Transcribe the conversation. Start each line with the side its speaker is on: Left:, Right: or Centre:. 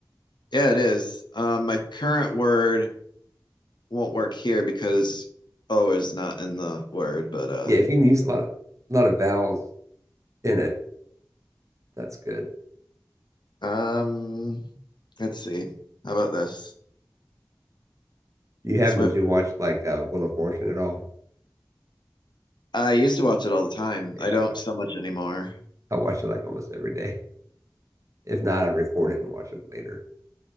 Left: Yeah, it is. Um, my current word won't work here because O is not in the word, but uh.
Right: Yeah, if you can use a lot of, a lot of vowels in it, that's good.
Left: Um, let's see. How about this?
Right: Do You happen
Left: Swift.
Right: to watch like uh, Wheel of Fortune at all?
Left: I used to watch it all the time.
Right: Okay,
Left: I
Right: I
Left: don't
Right: watch
Left: so much anymore.
Right: I watch it like almost every day. If not, I record it and watch it later.